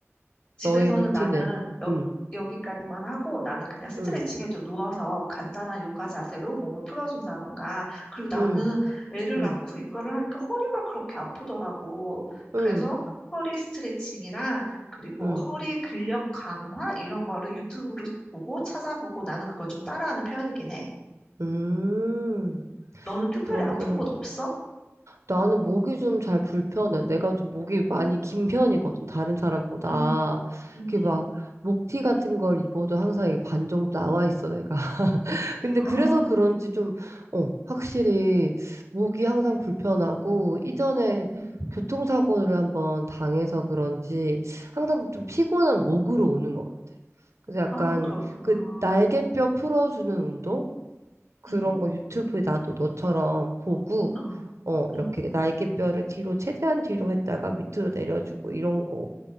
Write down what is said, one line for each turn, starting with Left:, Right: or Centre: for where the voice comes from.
Left: 집에서는
Right: 너의 루틴을.
Left: 나는 여,
Right: 음,
Left: 여기까지만 하고 나는 그냥 스트레칭
Right: 음,
Left: 해줘 누워서 간단한 요가 자세로 몸을 풀어준다던가 그리고 나는
Right: 음,
Left: 애를
Right: 음,
Left: 낳고 육아를 하니까 허리가 그렇게 아프더라고.
Right: 음,
Left: 그래서 허리 스트레칭이랑 그리고
Right: 음,
Left: 허리 근력 강화 이런 거를 유튜브로 보고 찾아보고 나는 그걸 좀 따라하는 편이긴 해.
Right: 음.
Left: 너는 특별히
Right: 그렇구나.
Left: 아픈 곳 없어?
Right: 나는 목이 좀 잘 불편해. 내가 좀 목이 많이 긴 편이거든, 다른 사람보다.
Left: 음, 음,
Right: 그게
Left: 음.
Right: 막, 목티 같은 걸 입어도 항상 이게 반 정도 나와 있어, 내가. <laughs> 근데
Left: 아,
Right: 그래서 그런지 좀, 어, 확실히 목이 항상 불편하고, 이전에
Left: 음.
Right: 교통사고를 한번 당해서 그런지 항상 좀 피곤한 목으로 오는 것 같아. 그래서 약간
Left: 아, 그렇구나.
Right: 그 날개뼈
Left: 어,
Right: 풀어주는 운동? 그런
Left: 음,
Right: 거 유튜브에 나도 너처럼 보고,
Left: 어,
Right: 어, 이렇게
Left: 음.
Right: 날개뼈를 뒤로, 최대한 뒤로 했다가 밑으로 내려주고, 이런 거,